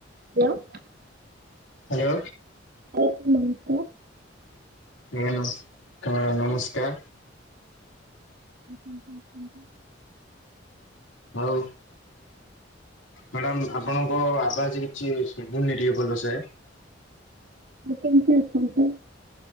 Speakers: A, on the right; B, on the left.
A: <unintelligible>
B: Hello.
A: <unintelligible>
B: <unintelligible> ହଁ madam ନମସ୍କାର।
A: ହୁଁ ହୁଁ ହୁଁ ହୁଁ
B: ଆଉ। ମ୍ୟାଡ଼ାମ୍ ଆପଣଙ୍କ ଆବାଜ କିଛି ଶଭୁନି ଟିକେ ଭଲସେ।
A: ଆଉ କେମିତି ଅଛନ୍ତି?